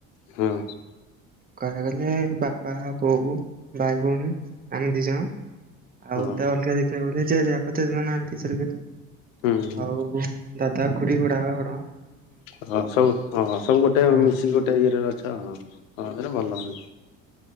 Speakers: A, on the left; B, on the right.
A: ହଁ।
B: କହିବାକୁ ଗଲେ ବାପା, ବୋଉ, ଭାଇ ଭଉଣୀ ଆମେ ଦି ଜଣ।
A: ହଁ
B: ଆଉ ତା ଅଲଗା ଦେଖିବା ଗଲେ। ଜେଜେବାପା ତ ଜେଜେମା ଆଉ ନାହାନ୍ତି ଚାଲିଗଲେ।
A: ହୁଁ ହୁଁ
B: ଆଉ ଦାଦା ଖୁଡ଼ି, ବଡ଼ବାପା, ବଡ଼ ମା।।
A: ହଁ ସବୁ ହଁ ସବୁ ଗୋଟେ
B: ହଁ
A: ମିଶିକି ଗୋଟେ ଇଏ ରେ ଅଛ। ହଁ ଏଇଟା ଭଲ ହୁ।